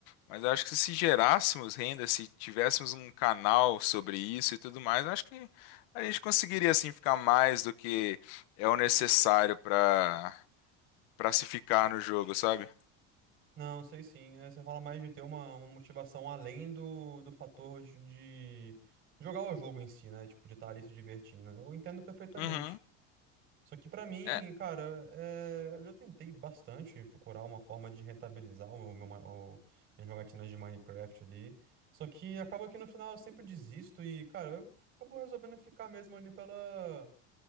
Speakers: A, on the left; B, on the right.
A: Mas eu acho que se gerássemos renda, se tivéssemos um canal sobre isso e tudo mais, eu acho que a gente conseguiria assim ficar mais do que é o necessário para para se ficar no jogo, sabe?
B: Não, sei sim. é, Você fala mais de ter uma, uma motivação além do, do fator de, de jogar o jogo em si, né? Tipo, de estar ali se divertindo. Eu entendo perfeitamente.
A: Uhum.
B: Só que pra mim,
A: É.
B: cara, é, eu já tentei bastante procurar uma forma de rentabilizar o meu, ma- o... minhas jogatinas de Minecraft ali. Só que acaba que no final eu sempre desisto e, cara, eu acabo resolvendo ficar mesmo ali pela...